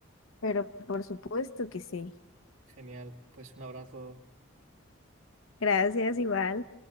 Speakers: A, on the left (about 75°); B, on the right (about 75°).
A: Pero por supuesto que sí.
B: Genial, pues un abrazo.
A: Gracias, igual.